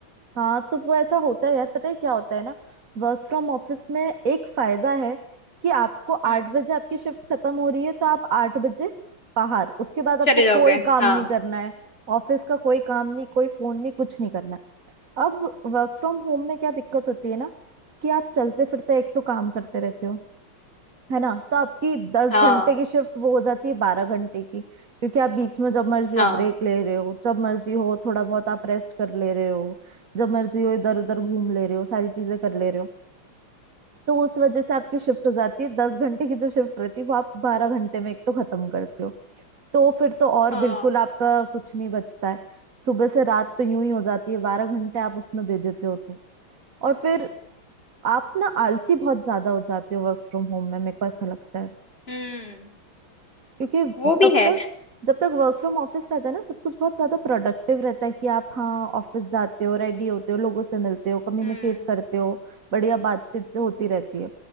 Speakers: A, on the right (about 45°); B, on the left (about 25°).
A: हाँ तो वो ऐसा होता है यार पता है क्या होता है ना वर्क फ्रॉम ऑफिस में एक फायदा है कि आपको आठ
B: हम्म
A: बजे आपकी शिफ्ट खत्म हो रही है तो आप आठ बजे बाहर उसके बाद आपको
B: चले जाओगे
A: कोई काम
B: हाँ
A: नहीं करना है ऑफिस का कोई काम नहीं कोई फोन नहीं कुछ नहीं करना है अब वर्क फ्रॉम होम में क्या दिक्कत होती है ना कि आप चलते फिरते एक तो काम करते रहते हो है ना तो आपकी दस
B: हाँ
A: घंटे की शिफ्ट वो हो जाती है बारह घंटे की क्योंकि आप बीच में जब मर्जी
B: हाँ
A: हो ब्रेक ले रहे हो जब मर्जी हो थोड़ा बहुत आप रेस्ट कर ले रहे हो जब मर्जी हो इधर उधर घूम ले रहे हो सारी चीजें कर ले रहे हो तो उस वजह से आपकी शिफ्ट हो जाती है दस घंटे की जो शिफ्ट रहती है वो आप बारह घंटे में एक तो खत्म करते हो तो फिर तो और
B: हाँ
A: बिल्कुल आपका कुछ नहीं बचता है सुबह से रात तो यूं ही हो जाती है बारह घंटे आप उसमें दे देते हो तो और फिर आप ना आलसी बहुत ज्यादा हो जाते हो वर्क फ्रॉम होम में मेरे को ऐसा लगता है
B: हम्म
A: क्योंकि
B: वो
A: जब
B: भी है
A: तक जब तक वर्क फ्रॉम ऑफिस रहता है ना सब कुछ बहुत ज्यादा प्रोडक्टिव रहता है कि आप हाँ ऑफिस जाते हो रेडी होते हो लोगों से मिलते हो कम्युनिकेट
B: हम्म
A: करते हो बढ़िया बातचीत होती रहती है